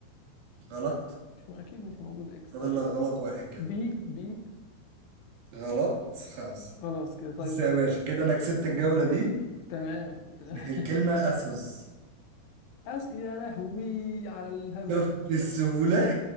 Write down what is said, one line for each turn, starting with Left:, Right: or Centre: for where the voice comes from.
Right: غلط
Left: مش اكيد مش موجود اكس
Right: فاضل
Left: طيب
Right: لك غلط واحد كده
Left: بي بي
Right: غلط خمسة
Left: خلاص كده طيب
Right: بس يا
Left: آه،
Right: باشا كده انا كسبت الجولة دي
Left: تمام <laughs>
Right: الكلمة اسوس
Left: أس يا لهوي على الهبل
Right: شفت السهولة